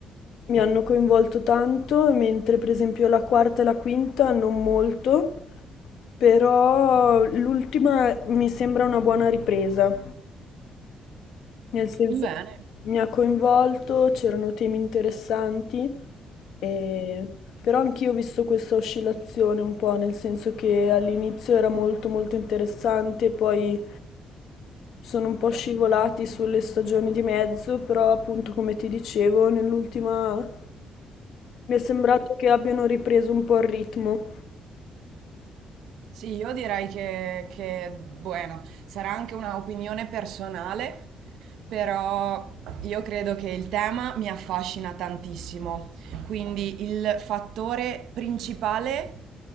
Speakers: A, on the left; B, on the right.
A: mi hanno coinvolto tanto, mentre per esempio la quarta e la quinta non molto, però l'ultima mi sembra una buona ripresa. Nel senso
B: Bene.
A: che mi ha coinvolto, c'erano temi interessanti, e- però anch'io ho visto questa oscillazione un po', nel senso che all'inizio era molto molto interessante, poi sono un po' scivolati sulle stagioni di mezzo, però appunto come ti dicevo, nell'ultima mi è sembrato che abbiano ripreso un po' il ritmo.
B: Sì, io direi che, che, bueno, sarà anche una opinione personale, però io credo che il tema mi affascina tantissimo. Quindi il fattore principale